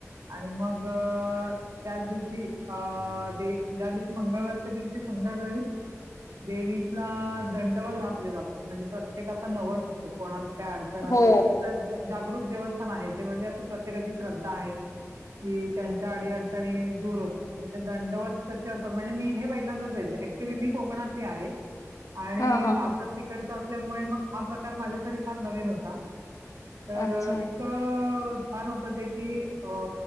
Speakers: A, on the right (about 75°); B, on the left (about 80°).
A: आणि मग त्याच दिवशी अ ज्या दिवशी मंगळवारच्या दिवशी संध्याकाळी देवीला दंडवत घातले जातात म्हणजे प्रत्येकाचा नवस असतो कोणाच काय अडचण
B: हो.
A: असेल अस जागृत दिवस आहे ते म्हणजे असं प्रत्येकाची श्रद्धा आहे की त्यांच्या अडी अडचणी दूर होतात मग ते दंडवत कसे असतात म्हणजे मी हे पहिल्यांदाच बेले क्च्युली मी कोकणातली आहे आणि
B: हां, हां,
A: सासर
B: हां.
A: तिकडचा असल्यामुळे मग हा प्रकार माझ्यासाठी फार नवीन होता तर
B: अच्छा.
A: इथं छान होत ते की अ